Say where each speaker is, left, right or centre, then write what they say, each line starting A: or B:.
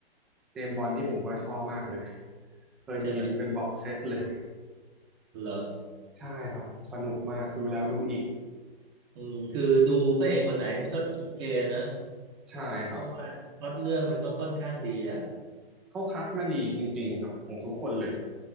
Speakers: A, in the centre; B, on the right (about 25°).
A: เจมส์บอนด์นี่ผมก็ชอบมากเลย เคยมีเป็นบ็อกเซตเลย
B: ใช่ไหมเหรอ
A: ใช่ครับสนุกมากดูแล้วดูอีก
B: อืมคือดูพระเอกคนไหนมันก็โอเคนะ
A: ใช่ครับ
B: เพราะว่าพล็อตเรื่องมันก็ค่อนข้างดีอ่ะ
A: เขาคัดมาดีจริงๆครับของทุกคนเลย